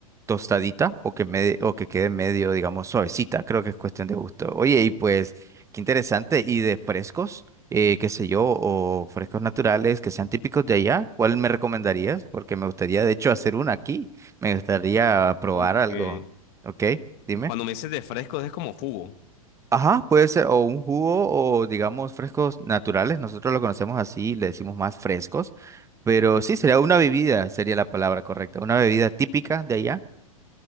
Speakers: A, on the right; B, on the left.
A: tostadita o que, me, o que quede medio, digamos, suavecita, creo que es cuestión de gusto. Oye, y pues, qué interesante, y de frescos, eh, qué sé yo, o frescos naturales que sean típicos de allá, ¿cuál me recomendarías? Porque me gustaría de hecho hacer una aquí. Me gustaría probar
B: Aunque
A: algo. ¿Ok? Dime.
B: cuando me dices de fresco es como jugo.
A: Ajá, puede ser o un jugo o digamos frescos naturales. Nosotros lo conocemos así, le decimos más frescos. Pero sí, sería una bebida, sería la palabra correcta. Una bebida típica de allá.